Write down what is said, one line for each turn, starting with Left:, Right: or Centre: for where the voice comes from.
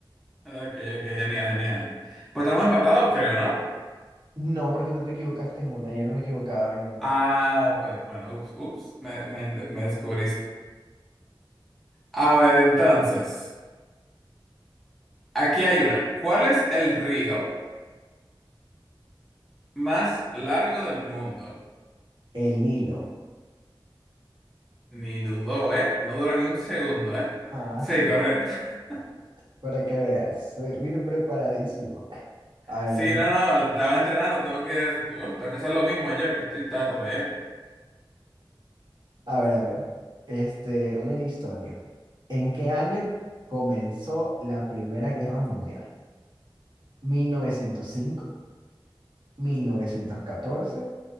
Centre: Ok, ok, genial, genial. Pues estamos empatados, creo, ¿no?
Right: No, porque tú te equivocaste en una, yo no me equivocaba en ninguna.
Centre: Ah, pues bueno, ups, ups, me, me, me descubriste. A ver, entonces, aquí hay una. ¿Cuál es el río más largo del mundo?
Right: El Nilo.
Centre: Ni dudó, ¿eh? No dura ni un segundo, ¿eh?
Right: Ah,
Centre: Sí,
Right: sí,
Centre: correcto. <laughs>
Right: para que veas. Soy, miren, preparadísimo. A ver,
Centre: Sí,
Right: mi-
Centre: no, no, estabas entrenando, tengo que, bueno, tengo que hacer lo mismo yo, que estoy tarde, ¿eh?
Right: a ver, a ver. Este, una historia. ¿En qué año comenzó la Primera Guerra Mundial? ¿Mil mil novecientos novecientos cinco, mil novecientos catorce,